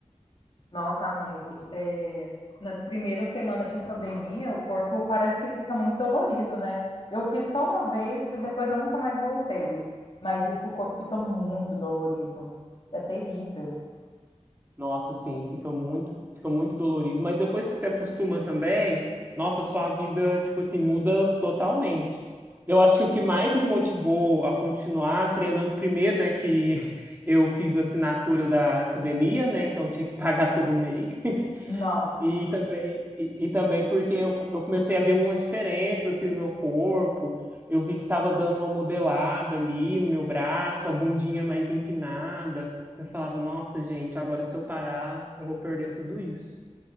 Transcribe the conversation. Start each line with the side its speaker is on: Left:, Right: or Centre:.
Left: Nossa, amigo, é, nas primeiras semanas de academia, o corpo parece que fica muito dolorido, né? Eu fiz só uma vez e depois eu nunca mais voltei. Mas diz que o corpo fica muito dolorido. É terrível.
Right: Nossa, sim, fica muito, fica muito dolorido, mas depois que você acostuma também, nossa, sua vida, tipo assim, muda totalmente. Eu acho que o que mais me motivou a continuar treinando primeiro, né, que <laughs> eu fiz a assinatura da academia, né, então tinha que pagar todo mês.
Left: Nossa,
Right: E também, e, e também porque eu, eu comecei a ver umas diferenças assim, no meu corpo. Eu vi que estava dando uma modelada ali no meu braço, a bundinha mais empinada. Eu falava, nossa, gente, agora se eu parar, eu vou perder tudo isso.